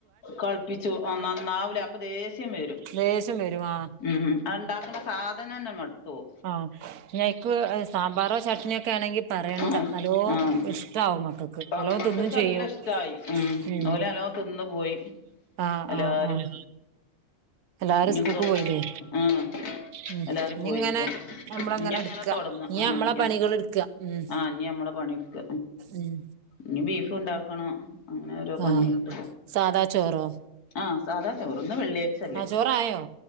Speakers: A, on the left; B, on the right.
A: കൾപ്പിച്ചു ആ നന്നാവിലെ അപ്പ ദേഷ്യം വരും
B: ലേഷംവരുവാ
A: ഉം അഹ് ണ്ടാക്ണ സാധനംന്നെ മട്തോഉ
B: ആഹ് ഞക്ക് സാമ്പാറോ ചട്നിയൊക്കെ ആണെങ്കിൽ പറയണ്ട
A: ആഹ്
B: നല്ലോ
A: ആഹ്
B: ഇഷ്ടവും മക്കൾക്ക്
A: ആഹ്
B: നല്ലോ
A: മക്കക്ക്
B: തിന്നും ചെയ്യും
A: നല്ല ഇഷ്ടായി
B: ഉം
A: ഓല് നല്ലോം തിന്ന് പോയി
B: ആഹ്
A: എല്ലാരും
B: ആഹ് ആഹ് എല്ലാരും
A: ഇഞ്ഞ്
B: സ്കൂൾക്ക്
A: കൊറച്ച്
B: പോയില്ലേ
A: ആഹ്
B: ഉം
A: എല്ലാരും
B: ഇനി
A: പോയിപ്പോ
B: ഇങ്ങനെ നമ്മളങ്ങനെ
A: ഇനി അങ്ങനെ
B: എടുക്ക
A: തുടങ്ങ
B: ഇനി
A: ആഹ്
B: നമ്മളെ
A: ഞ
B: പണികൾ എടുക്ക ഉം
A: ആഹ് ഞ്ഞിമ്മള പണിയെടുക്ക
B: ഉം
A: നി ബീഫ് ഉണ്ടാക്കണോ അങ്ങനെ ഓരോ പണിയായിട്ട്
B: ആഹ് സാദാ ചോറോ
A: ആഹ് സാധാ ചോറ് ഇന്ന് വെള്ളിയാഴ്ച്ചല്ലേ
B: ആഹ് ചോറായോ